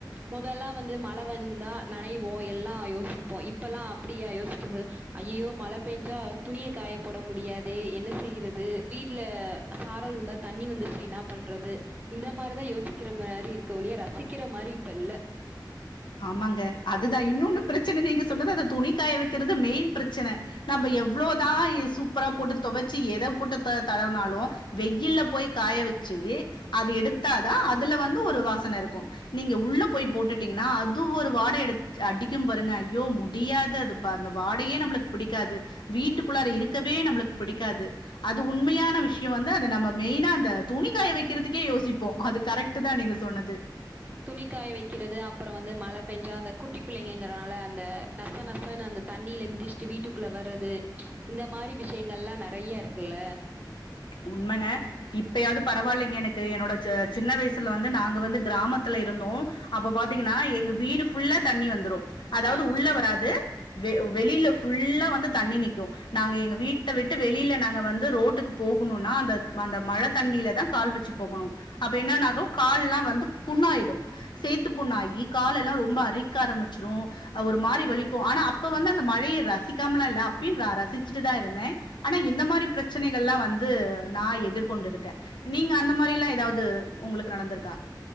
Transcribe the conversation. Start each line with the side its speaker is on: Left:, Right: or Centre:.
Right: மொதல்லா வந்து மழ வந்தா நனைவோ எல்லா யோசிப்போ இப்பல்லா அப்டியா யோசிக்கும் பொழுது ஐயையோ மழ பேஞ்சா துணிய காயப்போட முடியாதே என்ன செய்யறது வீட்ல சாரல் விழுந்தா தண்ணி வந்துருச்சே என்னா பண்றது இந்த மாரிதானன யோசிக்கிற மாரி இருக்கே ஒழிய ரசிக்கிற மாரி இப்ப இல்ல
Left: ஆமாங்க அதுதா இன்னொன்னு பிரச்சன நீங்க சொன்னது அந்த துணி காய வைக்கிறது மெயின் பிரச்சனைன நம்ம எவ்வளோதா சூப்பரா போட்டு தொவச்சு எத போட்டு தளவுனாலு வெயில போய் காய வச்சு அத எடுத்தாதா அதுல வந்து ஒரு வாசன இருக்கு நீங்க உள்ள போய் போட்டுட்டீங்கனா னா அது ஒரு வாடை எடுத் அடிக்கும் பாருங்க ஐயோ முடியாது அது ப்பா அந்த வாடையே நம்மளுக்கு புடிக்காது வீட்டுக்குள்ளார இருக்கவே நம்மளுக்கு புடிக்காது அது உண்மையான விஷயோ வந்து அத நம்ம மெயினா அந்த துணிக்காய வைக்கிறதுக்கே யோசிப்போ அது கரெக்ட்டுதா நீங்க சொன்னது
Right: துணிகாய வைக்கிறது அப்புறோ வந்து மழ பேஞ்சா அந்த குட்டி பிள்ளைங்கங்கிறனால அந்த நச நசன்னு அந்த தண்ணியில மிதிச்சிட்டு வீட்டுக்குள்ள வர்றது இந்த மாரி விஷயங்களெல்லா நறைய இருக்குல்ல
Left: உண்மங்க இப்பயாவது பரவால்லைங்க எனக்கு என்னோட சின்ன வயசுல வந்து நாங்க வந்து கிராமத்துல இருந்தோ அப்ப பாத்தீங்கன்னா எங்க வீடு ஃபுல்லா தண்ணி வந்துரும் அதாவது
Right: ஆ
Left: உள்ள
Right: ஆ
Left: வராது வெ வெளியில ஃபுல்லா வந்து தண்ணி நிக்கு நாங்க எங்க வீட்ட விட்டு வெளியில நாங்க வந்து ரோட்டுக்கு போகணுன்னா அந்த அந்த மழ தண்ணியிலதா கால் வச்சு போகணு அப்ப என்னன்னாகு கால்லா வந்து புண்ணாயிடு சேத்து புண்ணாகி கால் எல்லா ரொம்ப அரிக்க ஆரம்பிச்சிரு அ ஒரு மாரி வலிக்கு ஆனா அப்ப வந்து அந்த மழைய ரசிக்காமலா இல்ல அப்பயு ர ரசிச்சுட்டுதா இருந்தே ஆனா இந்த மாரி பிரச்சனை கள்லா வந்து நா எதிர்கொண்டிருக்கே நீங்க அந்த மாரிலா ஏதாவது உங்களுக்கு நடந்திருக்கா?